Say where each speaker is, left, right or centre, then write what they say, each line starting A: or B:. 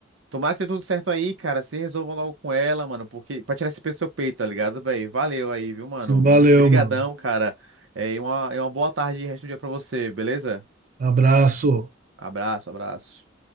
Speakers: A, on the right; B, on the right.
A: Tomara que dê tudo certo aí, cara. Se resolva logo com ela, mano, porque pra tirar esse peso do seu peito, tá ligado, velho? Valeu aí, viu, mano?
B: Valeu,
A: Mu- Brigadão,
B: mano.
A: cara. É, e uma, e uma boa tarde e resto do dia pra você, beleza?
B: Abraço.
A: Abraço, abraço.